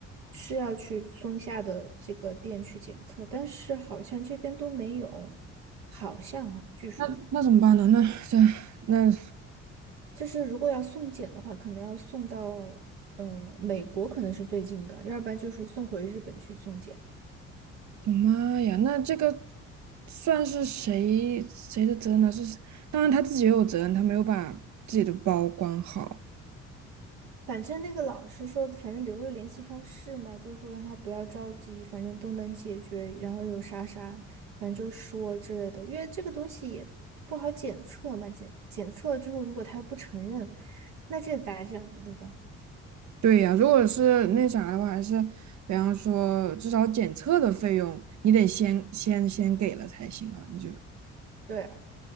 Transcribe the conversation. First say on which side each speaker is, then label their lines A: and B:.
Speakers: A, on the right; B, on the right.
A: 是要去松下的这个店去检测，但是好像这边都没有，好像啊，据说。
B: 那那怎么办呢？那这那
A: 就是如果要送检的话，可能要送到呃美国，可能是最近的，要不然就是送回日本去送检。
B: 的妈呀，那这个算是谁谁的责任呢？是，当然他自己也有责任，他没有把自己的包管好。
A: 反正那个老师说，反正留了联系方式嘛，就是说让他不要着急，反正都能解决。然后有啥啥，反正就说之类的，因为这个东西也不好检测嘛，检检测了之后，如果他不承认，那这咋整呀，对吧？
B: 对呀，如果是那啥的话，还是比方说至少检测的费用，你得先先先给了才行啊。你就
A: 对啊